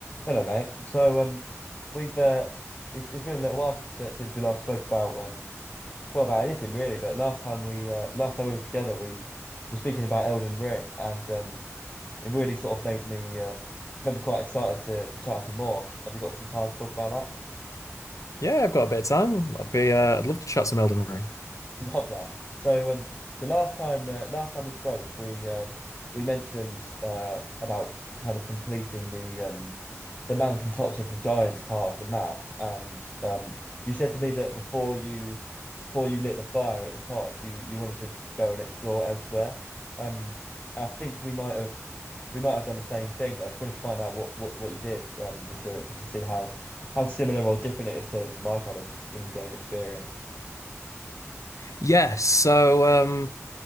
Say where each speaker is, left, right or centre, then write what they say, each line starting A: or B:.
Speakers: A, on the left; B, on the left.
A: Hello, mate. So, um, we've uh, it's, it's been a little while since uh, since we last spoke about um, well, about anything really. But last time we uh, last time we were together, we were speaking about Elden Ring, and um, it really sort of made me uh, made me quite excited to to chat some more. Have you got some time to talk about
B: Yeah, I've got a bit of time. I'd be, uh, I'd love to chat some Elden Ring.
A: that? <laughs> Love that. So, um, so last time uh, last time we spoke, we uh, we mentioned uh about kind of completing the um the mountaintops of the Giants part of the map. And um, you said to me that before you before you lit the fire at the top, you you wanted to go and explore elsewhere. Um, and I think we might have we might have done the same thing, but I just wanted to find out what what, what you did, um, just to just to see how how similar or different it is to, to my kind of in-game experience.
B: Yes, Yeah, so um,